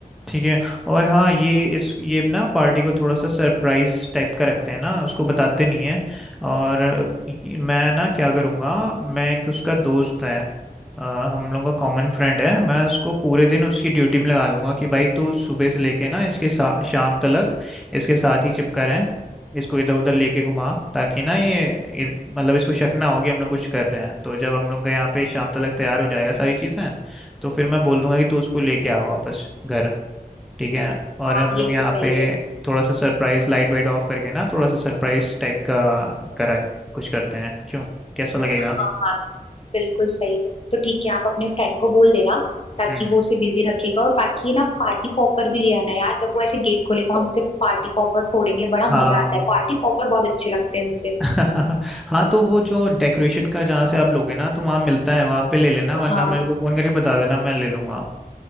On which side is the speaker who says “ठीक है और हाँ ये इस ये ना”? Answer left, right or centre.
Centre